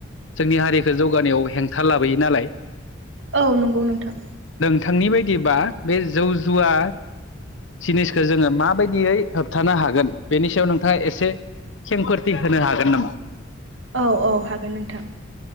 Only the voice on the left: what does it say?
जोंनि हारिखौ जौगानायाव हेंथा लाबोयो नालाय
नोंथांनि बायदिबा बे जौ जुवा जिनिसखौ जोङो माबायदियै होबथानो हागोन बेनि सायाव नों नोंथांआ एसे खेंखोरथि होनो हागोन नामा